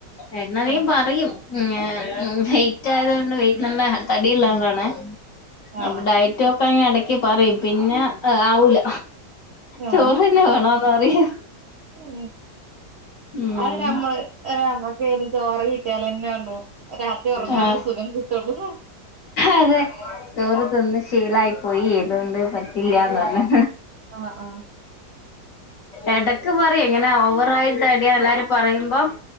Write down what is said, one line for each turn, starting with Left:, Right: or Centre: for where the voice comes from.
Left: ഏട്ടന് അധികം
Right: ആ
Left: പറയും ഉം എഹ് വെയ്റ്റ് ആയതോണ്ട് വെയിറ്റ് നല്ല തടിയിള്ളാള്ളാണ്
Right: ആ
Left: അപ്പൊ ഡറ്റ് റ്റോക്കാന് എടക് പറയും പിന്നെ എഹ് ആവൂല
Right: ആ
Left: ചോറ്ന്നെ വേണോന്ന് പറിം
Right: ഉം
Left: ഉം
Right: അയിനമ്മള് അമ്മക്കയ്ന് ചോറ് കിട്ടിയാലെന്നൊള്ളൂ രാത്രി ഉറങ്ങാനാണ്ട്
Left: ആഹ്
Right: സുഖം കിട്ടൊള്ളൂ
Left: അതെ ചോറ് തിന്ന് ശീലായി പോയി അതോണ്ട് പറ്റില്ലാന്ന് പറഞ്ഞ്
Right: ആഹ് ആഹ്
Left: എടക്ക് പറയൊയ് ഇങ്ങനെ ഓവറായി തടിയ എല്ലാരും പറയുമ്പം